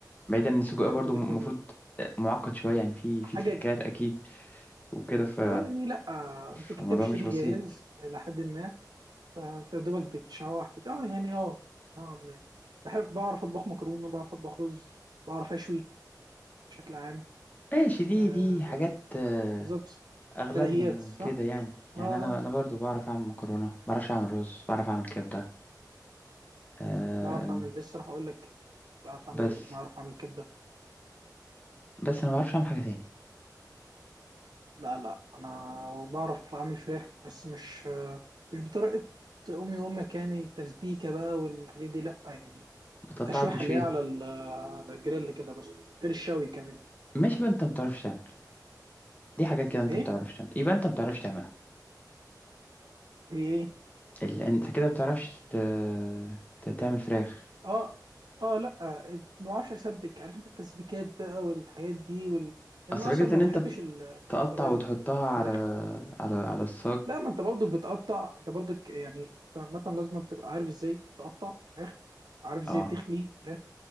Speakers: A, on the left; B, on the right.
A: بعيدا ان السجق برضو
B: بحب
A: المفروض
B: جدا
A: معقد شوية يعني في في
B: حاجه
A: تريكات
B: ج-
A: اكيد وكده ف
B: اه يعني لا آه،
A: فالموضوع
B: انت كيكه بتشتري
A: مش بسيط
B: جاهز لحد ما فانت دوبك بتشوح بت... اه يعني اه نوعاً ما بحب بعرف اطبخ مكرونه بعرف اطبخ رز بعرف اشوي بشكل عام
A: ماشي دي
B: آه
A: دي حاجات آه،
B: بالظبط
A: اغلبنا
B: بديهيات صح
A: كده يعني يعني
B: اه
A: انا انا برضو بعرف اعمل مكرونة بعرفش اعمل رز بعرف اعمل كبدة أه
B: بعرف اعمل لسه راح اقول لك بعرف اعمل
A: بس
B: بعرف اعمل كبده
A: بس انا ما بعرفش اعمل حاجة تاني
B: لا لا انا وبعرف اعمل فراخ بس مش مش بطريقه امي وامك يعني تسبيكه بقى والحاجات دي لا يعني
A: بتقطعها
B: تشويحه
A: وتشويها
B: اللي هي على ال- على الجريل كده بس غير الشوي كمان يعني.
A: ماشي يبقى انت ما بتعرفش تعمل دي حاجات كده انت
B: ايه
A: ما بتعرفش تعمل يبقى انت ما بتعرفش تعملها
B: ايه ايه
A: ال... انت كده بتعرفش ت... ت... تعمل فراخ
B: اه اه لا ما بعرفش اسبك عارف انت التسبيكات بقى والحاجات دي وال... لان
A: اصل
B: اصلا
A: فكرة
B: ما
A: ان
B: بحبش
A: انت ت-
B: ال- الطريقه
A: تقطع وتحطها
B: دي الفراخ
A: على على على الصاج
B: لا ما انت برضو بتقطع انت برضو يعني انت عامه لازم تبقى عارف ازاي تقطع فراخ وعارف ازاي
A: اه
B: تخلي فراخ